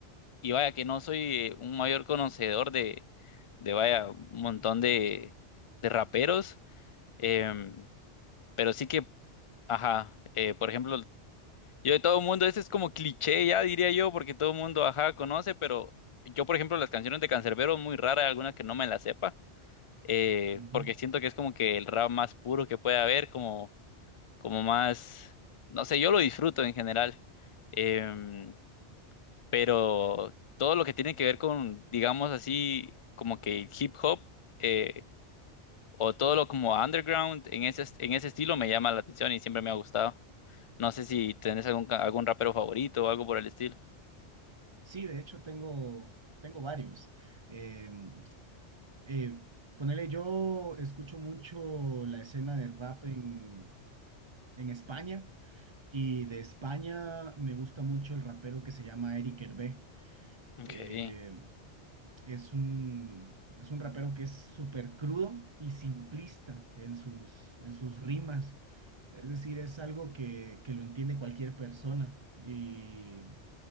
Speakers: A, on the left; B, on the right.
A: y vaya que no soy eh, un mayor conocedor de, de vaya, un montón de, de raperos, em, pero sí que... Ajá, eh, por ejemplo, yo de todo el mundo, ese es como cliché ya, diría yo, porque todo el mundo, ajá, conoce, pero yo, por ejemplo, las canciones de Canserbero, muy rara alguna que no me la sepa, eh,
B: Ujú.
A: porque siento que es como que el rap más puro que puede haber, como, como más, no sé, yo lo disfruto en general, em, pero todo lo que tiene que ver con, digamos así, como que hip hop, eh, o todo lo como underground, en ese, en ese estilo me llama la atención y siempre me ha gustado. No sé si tenés algún, ca- algún rapero favorito o algo por el estilo.
B: Sí, de hecho tengo, tengo varios. Em, eh, ponele, yo escucho mucho la escena de rap en, en España. Y de España me gusta mucho el rapero que se llama Eric Hervé.
A: Okay.
B: Eh, es un, es un rapero que es súper crudo y simplista en sus, en sus rimas. Es decir, es algo que, que lo entiende cualquier persona y,